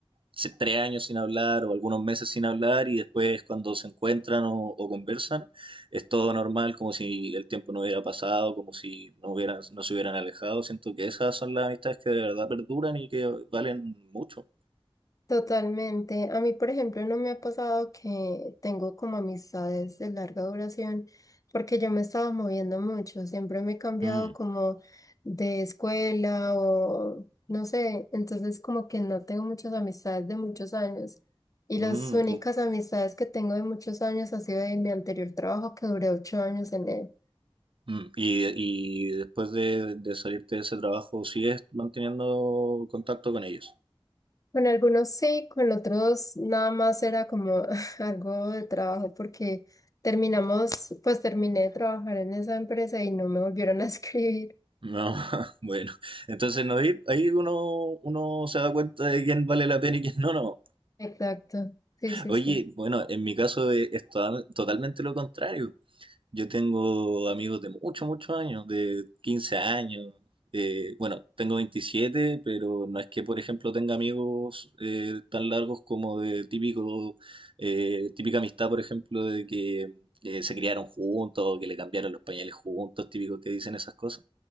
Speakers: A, on the right; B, on the left.
A: si, tres años sin hablar o algunos meses sin hablar y después cuando se encuentran o, o conversan es todo normal, como si el tiempo no hubiera pasado, como si no hubieran, no se hubieran alejado. Siento que esas son las amistades que de verdad perduran y que valen mucho.
B: Totalmente. A mí, por ejemplo, no me ha pasado que tengo como amistades de larga duración, porque yo me estaba moviendo mucho, siempre me he cambiado
A: Mm,
B: como de escuela o no sé, entonces como que no tengo muchas amistades de muchos años. Y
A: mm,
B: las únicas
A: mm.
B: amistades que tengo de muchos años ha sido de mi anterior trabajo que duré ocho años en él.
A: mm. Y, y después de, de salirte de ese trabajo, ¿sigues manteniendo contacto con ellos?
B: Con algunos sí, con otros nada más era como <laughs> algo de trabajo porque terminamos, pues terminé de trabajar en esa empresa y no me volvieron a <laughs> escribir.
A: No, <laughs> bueno, entonces no, ahí ahí uno, uno se da cuenta de quién vale la pena y quién no, no.
B: Exacto, sí, sí,
A: Oye,
B: sí.
A: bueno, en mi caso es, es total- totalmente lo contrario. Yo tengo amigos de muchos, muchos años, de 15 años. eh, bueno, tengo 27, pero no es que, por ejemplo, tenga amigos eh, tan largos como de típico, eh, típica amistad, por ejemplo, de que eh, se criaron juntos o que le cambiaron los pañales juntos, típicos que dicen esas cosas.